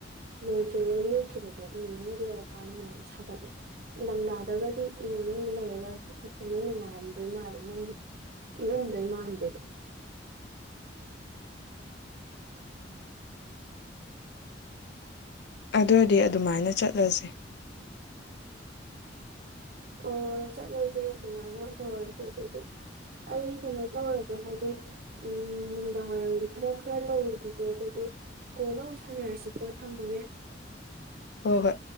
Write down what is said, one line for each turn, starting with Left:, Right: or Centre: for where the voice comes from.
Right: ꯅꯣꯡ ꯆꯨꯨꯔꯒ ꯂꯦꯞꯈꯤꯕꯗꯣ ꯏ ꯃꯅꯨꯡꯗ ꯂꯩꯔ ꯀꯥꯟꯗꯥꯅ ꯍꯦꯟꯅ ꯁꯥꯒꯠꯂꯦ ꯏꯪꯗꯝꯗꯥꯥꯗꯒꯗꯤ ꯏ ꯃꯅꯨꯡꯗ ꯂꯩꯔꯒ ꯍꯦꯟꯅ ꯅꯨꯡꯉꯥꯏꯔꯝꯗꯣꯏ ꯃꯥꯜꯂꯦ ꯃꯣꯏꯒꯤꯗꯣ ꯏꯪꯉꯝꯗꯣꯏ ꯃꯥꯟꯗꯦꯕ
Left: ꯑꯗꯨꯏꯗꯤ ꯑꯗꯨꯃꯥꯏꯅ ꯆꯠꯂꯁꯦ
Right: ꯑꯣ ꯆꯠꯂꯁꯦ ꯑꯗꯨꯃꯥꯏꯅ ꯇꯧꯔꯁꯦ ꯑꯗꯨꯗꯤ ꯑꯩ ꯀꯩꯅꯣ ꯇꯧꯔꯒꯦ ꯍꯥꯏꯗꯤ ꯎꯝ ꯅꯨꯡꯗꯥꯡꯋꯥꯏꯔꯝꯒꯤ ꯊꯕꯛ ꯈꯔ ꯇꯧꯔꯨꯈꯤꯒꯦ ꯑꯗꯨꯗꯤ ꯀꯣꯟꯅꯥ ꯑꯃꯨꯛ ꯁꯥꯟꯅꯔꯁꯤꯀꯣ ꯊꯝꯃꯒꯦ
Left: ꯍꯣꯏ ꯍꯣꯏ